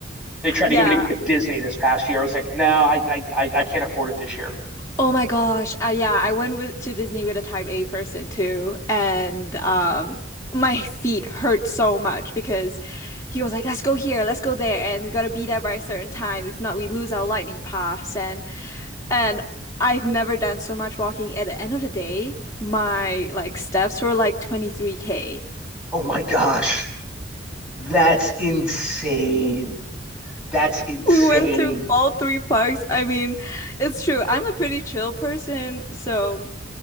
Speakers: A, in the centre; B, on the left (about 15°).
A: They tried
B: yeah.
A: to get me to go to Disney this past year. I was like, no, I I I can't afford it this year.
B: Oh my gosh. Uh, yeah, I went with to Disney with a type A person too, and um, my feet hurt so much because he was like, "Let's go here, let's go there, and we gotta be there by a certain time. If not, we lose our lightning pass." And and I've never done so much walking. At the end of the day, my like steps were like 23K.
A: Oh my gosh. That's insane. That's insane.
B: We went to all three parks. I mean, it's true. I'm a pretty chill person, so